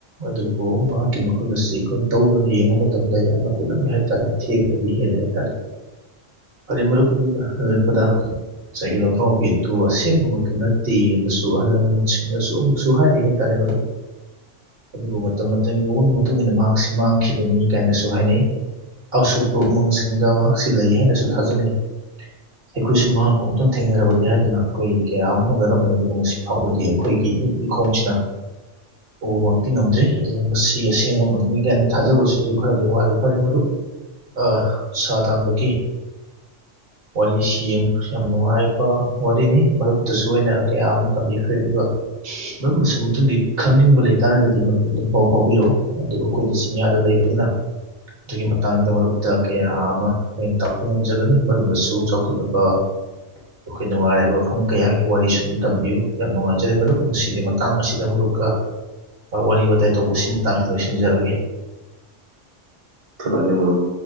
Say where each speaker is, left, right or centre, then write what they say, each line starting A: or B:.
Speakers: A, on the right (about 55°); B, on the right (about 35°).
A: ꯑꯗꯨꯕꯨ ꯃꯍꯥꯛꯀꯤ ꯃꯈꯨꯟ ꯑꯁꯤ ꯈꯣꯏꯅ ꯇꯧꯗꯨꯅ ꯌꯦꯡꯕ ꯃꯇꯝꯗ ꯌꯥꯝꯅ ꯍꯨꯠꯂꯝꯃꯦ ꯍꯥꯏꯇꯥꯔꯦ ꯊꯦꯕꯗꯒꯤ ꯍꯦꯜꯂꯦ ꯍꯥꯏꯇꯥꯔꯦ ꯐꯔꯦ ꯃꯔꯨꯞ ꯑꯗꯨꯒ ꯂꯣꯔꯛꯄꯗ ꯉꯁꯥꯏꯒꯤ ꯂꯧꯇ꯭ꯔꯥꯎꯕꯤ ꯑꯗꯨ ꯑꯁꯦꯡꯕꯃꯛꯇꯤ ꯅꯠꯇꯦꯅꯁꯨ ꯑꯍꯜ ꯂꯃꯟꯁꯤꯡꯅꯁꯨ ꯑꯃꯨꯛꯁꯨ ꯍꯥꯏꯔꯤ ꯍꯥꯏꯇꯥꯔꯦ ꯃꯔꯨꯞ ꯑꯗꯨꯕꯨ ꯃꯇꯝ ꯃꯇꯝꯒꯤ ꯑꯑꯣꯟꯕ ꯃꯇꯨꯡꯏꯟꯅ ꯃꯍꯥꯛꯁꯤ ꯃꯥꯡꯈꯤꯕꯅꯤ ꯀꯥꯏꯅꯁꯨ ꯍꯥꯏꯅꯩ ꯑꯁꯨꯛꯄ ꯎꯃꯪꯁꯤꯡꯗ ꯃꯍꯥꯛꯁꯤ ꯂꯩ ꯍꯥꯏꯅꯁꯨ ꯊꯥꯖꯅꯩ ꯑꯩꯈꯣꯏꯁꯨ ꯃꯍꯥꯛꯄꯨ ꯑꯝꯇꯪ ꯊꯦꯡꯅꯔꯕꯗꯤ ꯍꯥꯏꯗꯨꯅ ꯑꯈꯣꯏ ꯀꯌꯥ ꯑꯝ ꯍꯣꯠꯅꯔꯕꯅꯤ ꯑꯗꯨꯕꯨ ꯉꯁꯤ ꯐꯥꯎꯕꯗꯤ ꯑꯈꯣꯏꯒꯤ ꯏꯃꯤꯠ ꯏꯈꯣꯡꯁꯤꯅ ꯎꯕꯃꯛꯇꯤ ꯉꯝꯗ꯭ꯔꯤ ꯑꯗꯨꯅ ꯃꯁꯤ ꯑꯁꯦꯡꯕꯃꯛꯅꯤ ꯒꯥꯢꯅ ꯊꯥꯖꯕꯁꯤꯁꯨ ꯈꯔꯗꯤ ꯋꯥꯠꯂꯤ ꯐꯔꯦ ꯃꯔꯨꯞ ꯑ ꯁꯥ ꯇꯥꯟꯕꯒꯤ ꯋꯥꯔꯤꯁꯤ ꯌꯝ ꯌꯥꯝ ꯅꯨꯡꯉꯥꯏꯕ ꯋꯥꯔꯤꯅꯤ ꯃꯔꯨꯞꯇꯨꯁꯨ ꯑꯩꯅ ꯀꯌꯥ ꯑꯃ ꯇꯝꯕꯤꯈ꯭ꯔꯦ ꯑꯗꯨꯒ
B: <unintelligible>
A: ꯃꯔꯝ ꯃꯁꯤ ꯃꯇꯨꯡꯒꯤ ꯈꯪꯅꯤꯡꯕ ꯂꯩꯇꯥꯥꯔꯒꯗꯤ ꯃꯔꯨꯞ ꯑꯗꯨꯝ ꯄꯥꯎ ꯐꯥꯎꯕꯤꯔꯧ ꯑꯗꯨꯒ ꯑꯈꯣꯏꯗꯤ ꯆꯤꯡꯌꯥꯗ ꯂꯩꯕꯅꯤꯅꯥ ꯑꯗꯨꯒꯤ ꯃꯇꯥꯡꯗ ꯃꯔꯨꯞꯇ ꯀꯌꯥ ꯑꯃ ꯑꯈꯣꯏꯅ ꯇꯥꯛꯄ ꯉꯝꯖꯒꯅꯤ ꯃꯔꯨꯞꯅꯁꯨ ꯆꯥꯎꯈꯠꯂꯕ ꯑꯈꯣꯏ ꯅꯨꯡꯉꯥꯏꯔꯕ ꯃꯐꯝ ꯀꯌꯥꯒꯤ ꯋꯥꯔꯤꯁꯨ ꯑꯗꯨꯝ ꯇꯝꯕꯤꯌꯨ ꯌꯥꯝ ꯅꯨꯡꯉꯥꯏ ꯖꯔꯦ ꯃꯔꯨꯞ ꯉꯁꯤꯗꯤ ꯃꯇꯥꯡ ꯑꯁꯤꯗ ꯑꯔꯨꯞꯀ ꯋꯥꯔꯤ ꯋꯥꯇꯥꯏ ꯇꯧꯕꯁꯤ ꯃꯇꯥꯡꯁꯤꯗ ꯂꯣꯏꯁꯤꯟꯖꯔꯒꯦ
B: ꯐꯅꯤ ꯃꯔꯨꯞ